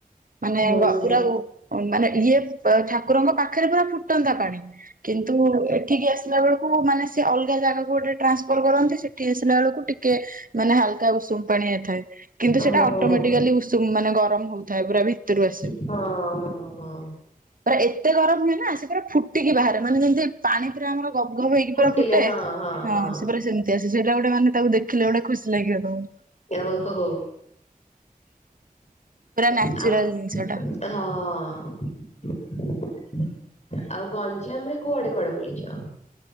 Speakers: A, on the right; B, on the left.
A: ମାନେ
B: ହଁ
A: ଗ
B: ହଁ।
A: ପୁରା ଉ। ମାନେ ଇଏ ପ ଠାକୁରଙ୍କ ପାଖେରେ ପୁରା ଫୁଟନ୍ତା ପାଣି କିନ୍ତୁ ଏଠିକି ଆସି ଲା ବଳୁକୁ ମାନେ ସେ ଅଲଗା ଜାଗାକୁ ଗୋଟେ ଟ୍ରାନ୍ସଫର କରନ୍ତି ସେଠି ଆସିଲା ବଳୁକୁ ଟି କେ ମାନେ ହାଲ୍ କା ଉଷୁମ୍ ପାଣିଆ ଥାଏ। କିନ୍ତୁ
B: ହଁ
A: ସେଟା
B: ଓହୋ
A: ଅଟୋମେଟିକାଲି ଉଷୁମ୍ ମାନେ ଗରମ ହଉଥାଏ ପୁରା ଭିତୁରୁ ଆସେ।
B: ହଁ ହଁ ହଁ।
A: ପରା ଏତେ ଗରମ୍ ହୁଏ ନା ସେ ପରା ଫୁଟିକି ବାହାରେ ମାନେ ଯେମିତି ପାଣି ପୁରା ଆମର ଗବ୍ ଗବ୍ ହେଇକି
B: ଫୁଟିଲେ
A: ପୁରା ଫୁଟେ
B: ହଁ ହଁ ହଁ
A: ସେଇଟା ଗୋଟେ ମାନେ ତାକୁ ଦେଖିଲେ ଗୋଟେ ଖୁସି ଲାଗିବ ତମୁ
B: ଓହୋ ହଁ।
A: ପୁରା ନ୍ୟାଚୁରାଲ
B: ଆଉ
A: ଜିନିଷ ଟା।
B: ଗଞ୍ଜାମ୍ ରେ କୁଆଡେ କୁଆଡେ ବୁଲିଚ?